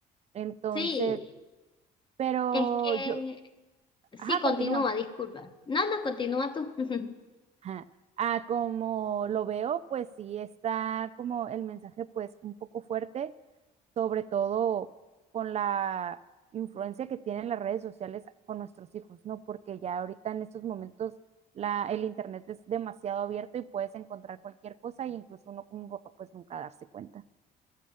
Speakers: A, on the right; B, on the left.
A: Entonces,
B: Sí,
A: pero
B: es que
A: yo,
B: sí,
A: ajá,
B: continúa,
A: continúa.
B: disculpa. No, no, continúa tú. <laughs>
A: Ajá. Ah, como lo veo, pues sí está como el mensaje pues un poco fuerte sobre todo con la influencia que tienen las redes sociales con nuestros hijos, ¿no? Porque ya ahorita en estos momentos la, el internet es demasiado abierto y puedes encontrar cualquier cosa y incluso uno como papá pues nunca darse cuenta.